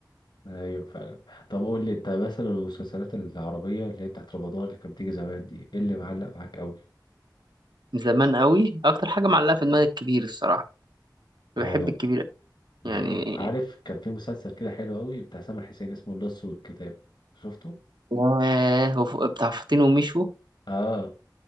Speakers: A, on the left; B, on the right.
A: ايوه فعلا طب قول لي انت مثلا المسلسلات العربية اللي هي بتاعت رمضان اللي كانت بتيجي زمان دي ايه اللي معلق معاك قوي
B: من زمان قوي أكتر حاجة معلقة في دماغي الكبير الصراحة بحب
A: اه
B: الكبير
A: بحبك
B: يعني
A: عارف كان في مسلسل كده حلو قوي بتاع سامح حسين اسمه اللص والكتاب شفته
B: ياه وف- بتاع فاطين وميشو
A: اه